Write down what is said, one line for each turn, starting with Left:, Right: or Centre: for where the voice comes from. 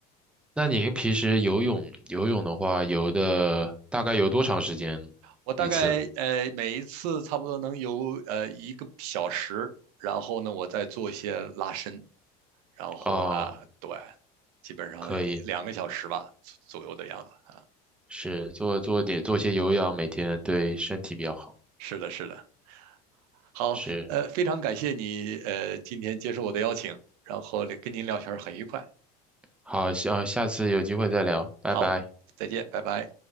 Centre: 那您平时游泳游泳的话，游的大概游多长时间一次？
Right: 我大概呃每一次差不多能游呃一个小时，然后呢，我再做一些拉伸，然后啊，
Centre: 哦，
Right: 对，基本上两个小时吧左右的样子。
Centre: 可以，是做做点做些有氧，每天对身体比较好。
Right: 是的，是的。好，
Centre: 是，
Right: 呃，非常感谢你呃今天接受我的邀请，然后跟您聊天儿很愉快。
Centre: 好，下下次有机会再聊，拜拜。
Right: 好，再见，拜拜。